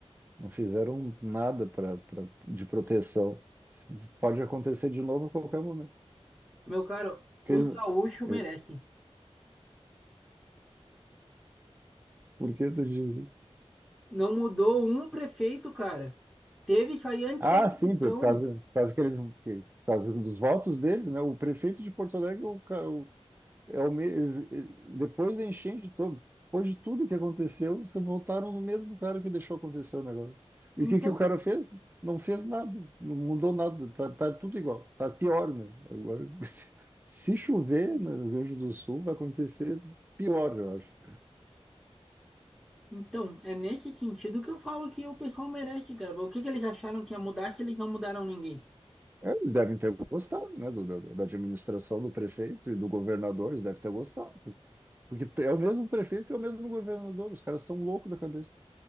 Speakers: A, on the right; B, in the centre.
A: Não fizeram nada pra, pra- de proteção. Pode acontecer de novo a qualquer momento.
B: Meu caro,
A: Porque,
B: os gaúchos
A: é,
B: merecem.
A: por que tu diz?
B: Não mudou um prefeito, cara. Teve isso aí antes
A: Ah,
B: da eleição.
A: sim, por causa, por causa que eles, por causa dos votos deles, né? O prefeito de Porto Alegre, o, ca- o É o, me- eles, eh, depois da enchente, to- depois de tudo que aconteceu, você voltaram no mesmo cara que deixou acontecer o negócio.
B: Então,
A: E o que que o cara fez? Não fez nada, não mudou nada, tá, tá tudo igual, tá pior, né? Agora, <laughs> se se chover no Rio Grande do Sul, vai acontecer pior, eu acho.
B: então, é nesse sentido que eu falo que o pessoal merece, cara. O que que eles acharam que ia mudar se eles não mudaram ninguém?
A: É, eles devem ter gostado, né, do- da, da administração do prefeito e do governador, eles devem ter gostado. Porque é o mesmo prefeito e é o mesmo governador, os caras são loucos da cabeça.